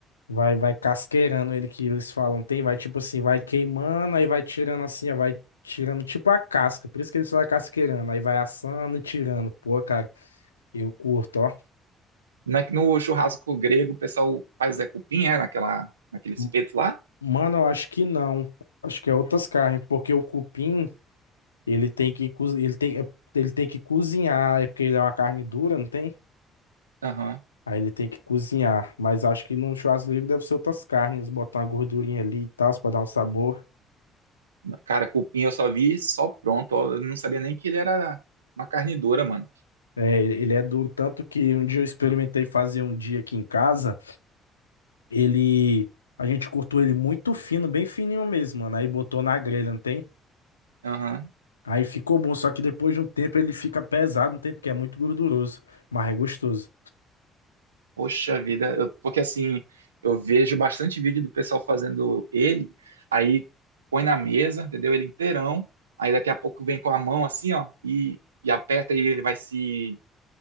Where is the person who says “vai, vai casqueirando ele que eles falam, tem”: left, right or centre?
Left